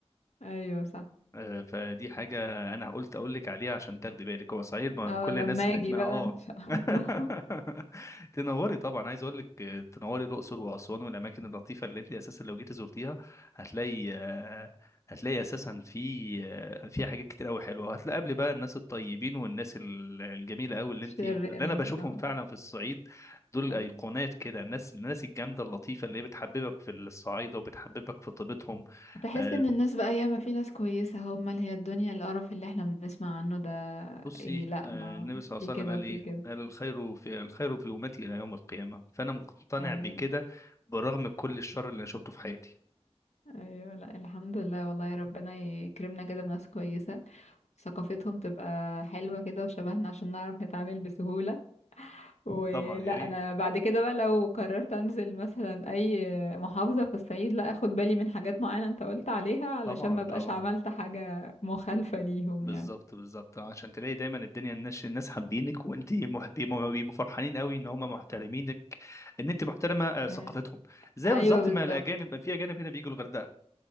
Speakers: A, on the left; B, on the left.
A: ايوه صح
B: آه، فدي حاجة أنا قلت أقول لك عليها عشان تاخدي بالك هو صحيح ما
A: اه
B: كل
A: لما
B: الناس نتنا
A: اجي بقى
B: آه
A: ان شاء
B: <laughs>
A: الله
B: تنوري طبعا عايز أقول لك آه، تنوري الأقصر وأسوان والأماكن اللطيفة اللي أنت أساسا لو جيتي زرتيها هتلاقي آه، هتلاقي أساسا في آه، في حاجات كتير أوي حلوة هتلاقي قبل بقى الناس الطيبين والناس ال- الجميلة أوي اللي
A: <laughs>
B: أنت
A: شريرين
B: اللي أنا بشوفهم
A: اه
B: فعلا في الصعيد دول
A: ايوه
B: أيقونات كده الناس الناس الجامدة اللطيفة اللي هي بتحببك في الصعايدة وبتحببك في طيبتهم
A: تحس
B: آه،
A: ان الناس بقى ياما في ناس كويسة هم اللي هي الدنيا القرف اللي احنا بنسمع عنه ده
B: بصي
A: إيه لا
B: آه،
A: ما
B: النبي صلى الله
A: في
B: عليه
A: كده
B: وسلم قال
A: في
B: ايه
A: كده
B: قال الخير في الخير في امتي الى يوم القيامه فانا مقتنع
A: ايوه
B: بكده برغم كل الشر اللي انا شفته في حياتي
A: ايوه لا الحمد لله والله يا ربنا يكرمنا كده بناس كويسة ثقافتهم تبقى حلوة كده وشبهنا عشان نعرف نتعامل بسهولة ولا
B: طبعا يا
A: انا
B: ريت
A: بعد كده بقى لو قررت انزل مثلا اي محافظة في الصعيد لا اخد بالي من حاجات معينة انت قلت عليها علشان
B: طبعا
A: ما بقاش
B: طبعا
A: عملت حاجة مخالفة ليهم
B: بالظبط
A: يعني
B: بالظبط عشان تلاقي دايما الدنيا الناس الناس حابينك وانت محترمه بيبقوا فرحانين قوي ان هم محترمينك ان انت محترمه آه، ثقافتهم
A: آه،
B: زي
A: ايوه
B: بالظبط
A: بالظبط
B: ما الاجانب في اجانب هنا بيجوا الغردقه